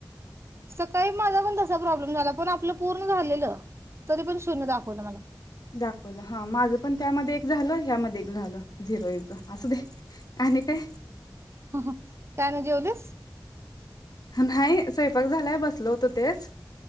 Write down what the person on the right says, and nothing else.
सकाळी माझापण तसा प्रॉब्लेम झाला, पण आपलं पूर्ण झालेलं. तरीपण शून्य दाखवलं मला.
काय नाय जेवलीस?